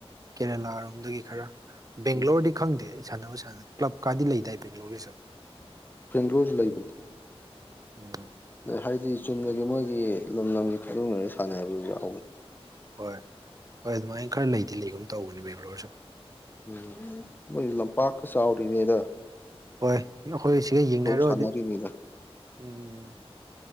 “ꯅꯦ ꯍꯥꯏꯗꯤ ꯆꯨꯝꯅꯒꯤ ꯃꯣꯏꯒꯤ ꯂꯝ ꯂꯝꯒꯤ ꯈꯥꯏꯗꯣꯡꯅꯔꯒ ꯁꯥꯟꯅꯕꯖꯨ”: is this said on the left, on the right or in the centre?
Left